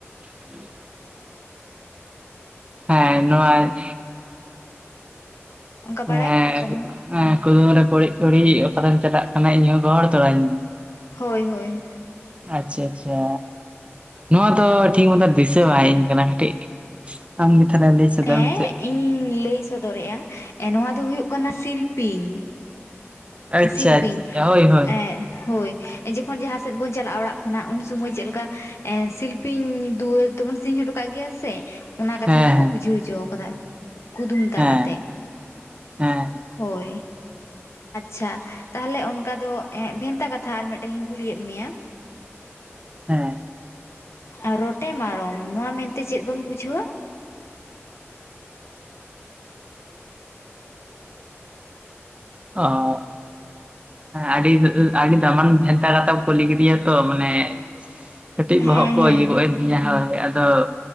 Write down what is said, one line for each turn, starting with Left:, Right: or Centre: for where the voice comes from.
Right: <inaudible> ᱦᱮᱸ ᱱᱚᱣᱟ
Left: ᱚᱱᱠᱟ ᱵᱟᱲᱟᱭ
Right: ᱮ
Left: ᱢᱮᱱᱟᱜ ᱛᱟᱢᱟ
Right: ᱸᱫ ᱠᱩᱫᱩᱢᱨᱮ ᱠᱚᱲᱤᱜ ᱠᱩᱲᱤ ᱚᱠᱟᱛᱮᱢ ᱪᱟᱞᱟᱜ ᱠᱟᱱᱟ ᱤᱧᱦᱚᱸ ᱜᱚᱲ ᱛᱚᱨᱟᱧ ᱢᱮ
Left: ᱦᱳᱭ ᱦᱳᱭ
Right: ᱟᱪᱪᱷᱟ ᱟᱪᱪᱷᱟ ᱱᱚᱣᱟ ᱫᱚ ᱴᱷᱤᱠ ᱢᱚᱛᱚ ᱫᱤᱥᱟᱹ ᱵᱟᱝ ᱦᱮᱡ ᱟᱹᱧ ᱠᱟᱱᱟ ᱠᱟᱹᱴᱤᱡ ᱟᱢ ᱜᱮ ᱛᱟᱦᱞᱮ ᱞᱟᱹᱭ ᱥᱚᱫᱚᱨ
Left: ᱦᱮᱸ
Right: ᱢᱮᱥᱮ
Left: ᱤᱧ ᱞᱟᱹᱭ ᱥᱚᱫᱚᱨᱮᱜ-ᱟ ᱱᱚᱣᱟ ᱫᱚ ᱦᱩᱭᱩᱜ ᱠᱟᱱᱟ ᱥᱤᱞᱯᱤᱧ
Right: ᱟᱪᱪᱷᱟ
Left: ᱥᱤᱞᱯᱧᱮ
Right: ᱟᱪᱪᱷᱟ ᱦᱳᱭ ᱦᱳᱭ
Left: ᱮᱸᱫ ᱦᱚᱭ ᱡᱚᱠᱷᱚᱱ ᱡᱟᱦᱟᱸ ᱥᱮᱫ ᱵᱚᱱ ᱪᱟᱞᱟᱜᱼᱟ ᱚᱲᱟᱜ ᱠᱷᱚᱱᱟᱜ ᱩᱱ ᱥᱚᱢᱚᱭ ᱪᱮᱫᱞᱮᱠᱟ ᱮ ᱥᱤᱞᱯᱤᱧ ᱫᱩᱣᱟᱹᱨ ᱛᱚᱵᱚᱱ ᱥᱤᱧ ᱦᱚᱴᱚ ᱠᱟᱜ ᱜᱮᱭᱟ ᱥᱮ ᱚᱱᱟ ᱠᱟᱛᱷᱟ
Right: ᱦᱮᱸ
Left: ᱜᱮᱠᱚ
Right: ᱦᱮᱸ
Left: ᱵᱩᱡᱷᱟᱹᱣ ᱦᱚᱪᱚ ᱠᱟᱫᱟ ᱠᱩᱫᱩᱢ ᱛᱟᱞᱟ
Right: ᱦᱮᱸ
Left: ᱛᱮ
Right: ᱦᱮᱸ
Left: ᱦᱳᱭ ᱪᱷᱟ ᱛᱟᱦᱞᱮ ᱚᱱᱠᱟ ᱫᱚ ᱵᱷᱮᱱᱛᱟ ᱠᱟᱛᱷᱟ ᱟᱨ ᱢᱮᱜᱴᱮᱝ ᱤᱧ ᱠᱩᱞᱤᱭᱮᱫ ᱢᱮᱭᱟ
Right: ᱦᱮᱸ
Left: ᱟᱨ ᱨᱚᱴᱮ ᱢᱟᱲᱚᱢ ᱱᱚᱣᱟ ᱢᱮᱱᱛᱮ ᱪᱮᱫ ᱵᱚᱱ ᱵᱩᱡᱷᱟᱹᱣᱟ
Right: <unintelligible> ᱟᱹᱰᱤ <unintelligible> ᱟᱹᱰᱤ ᱫᱟᱢᱟᱱ ᱵᱷᱮᱱᱛᱟ ᱠᱟᱛᱷᱟᱢ ᱠᱩᱞᱤ ᱠᱤᱫᱤᱧᱟ ᱛᱚ ᱢᱟᱱᱮ ᱠᱟᱹᱴᱤᱡ
Left: ᱦᱮᱸ
Right: ᱵᱚᱦᱚᱜ ᱠᱚ
Left: ᱦᱮᱸ
Right: ᱤᱭᱟᱹᱜᱚᱜ ᱮᱱ ᱛᱤᱧᱟᱹ ᱦᱳᱭ ᱟᱫᱚ